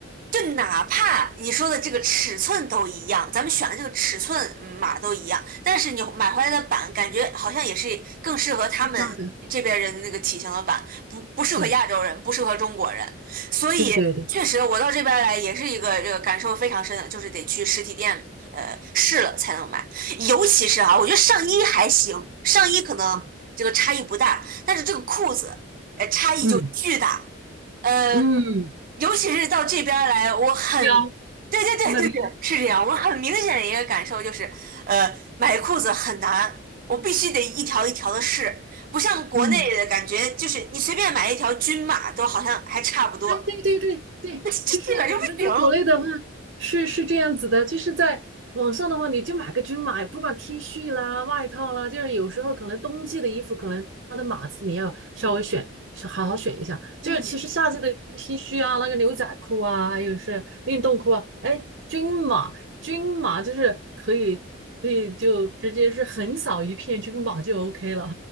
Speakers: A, on the right; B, on the right.
A: 就哪怕你说的这个尺寸都一样，咱们选的这个尺寸嗯码都一样，但是你买回来的版感觉好像也是更适合他们这边人的那个体型的版，
B: 是大的，
A: 不不适合亚洲人，
B: 对
A: 不适合中国人。所以确实，
B: 对对对，
A: 我到这边来也是一个这个感受非常深的，就是得去实体店呃试了才能买。尤其是啊，我觉得上衣还行，上衣可能这个差异不大，
B: 啊，
A: 但是这个裤子呃差异就巨大。
B: 嗯
A: 呃，
B: 嗯，嗯
A: 尤其是到这边儿来，我很，
B: 腰
A: 对对对对对，
B: 那个腰，
A: 是这样。我很明显的一个感受就是，呃，买裤子很难，我必须得一条一条的试，不像国内的感觉，
B: 嗯。
A: 就是你随便买一条均码都好像还差不多，
B: 哎，对对对对，
A: <laughs> 这这这边儿就不行。
B: 就是我们在国内的话是是这样子的，就是在网上的话，你就买个均码，不管 T 恤啦、外套啦，就是有时候可能冬季的衣服，可能它的码子你要稍微选，是好好选一下。就是其实夏季的
A: 嗯。
B: T 恤啊、那个牛仔裤啊，还有是运动裤啊，哎，均码均码就是可以可以就直接是横扫一片均码就 OK 了，